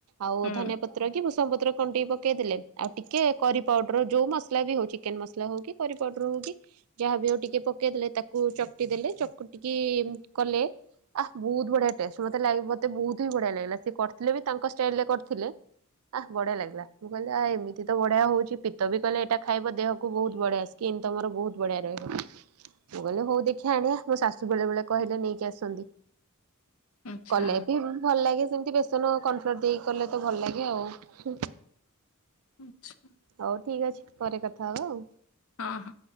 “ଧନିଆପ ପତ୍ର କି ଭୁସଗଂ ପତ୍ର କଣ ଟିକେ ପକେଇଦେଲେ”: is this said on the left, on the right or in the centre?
Right